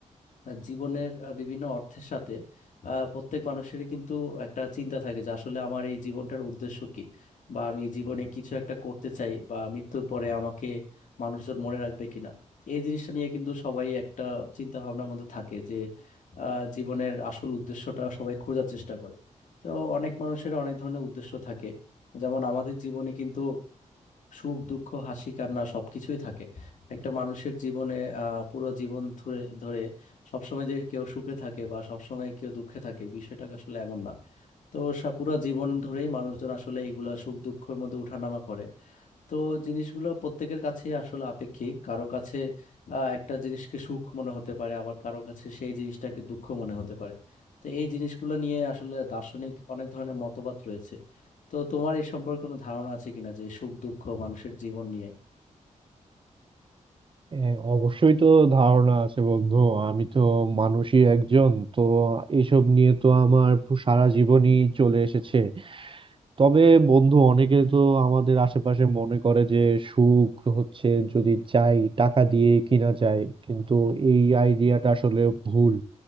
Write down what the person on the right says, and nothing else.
হ্যাঁ, অবশ্যই তো ধারণা আছে বন্ধু আমি তো মানুষই একজন তো এসব নিয়ে তো আমার পু- সারা জীবনই চলে এসেছে তবে বন্ধু অনেকে তো আমাদের আশেপাশে মনে করে যে সুখ হচ্ছে যদি চাই টাকা দিয়ে কিনা যায় কিন্তু এই আইডিয়াটা আসলে ভুল